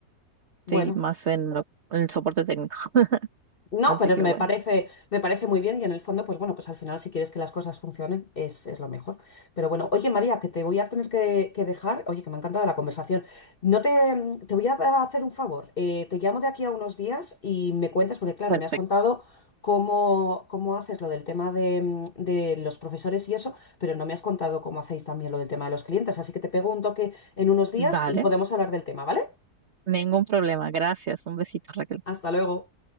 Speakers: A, on the right; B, on the left.
A: Estoy
B: Bueno.
A: más en, lo- en el soporte técnico. <laughs>
B: No,
A: Así
B: pero
A: que
B: me
A: bueno.
B: parece, me parece muy bien y en el fondo, pues bueno, pues al final si quieres que las cosas funcionen es, es lo mejor. Pero bueno, oye María, que te voy a tener que, que dejar, oye, que me ha encantado la conversación. No te, mm, te voy a hacer un favor, eh, te llamo de aquí a unos días y me cuentas, porque claro,
A: Perfecto.
B: me has contado cómo, cómo haces lo del tema de, mm, de los profesores y eso, pero no me has contado cómo hacéis también lo del tema de los clientes, así que te pego un toque en unos días
A: Dale,
B: y podemos hablar del tema, ¿vale?
A: ningún problema. Gracias. Un besito, Raquel.
B: Hasta luego.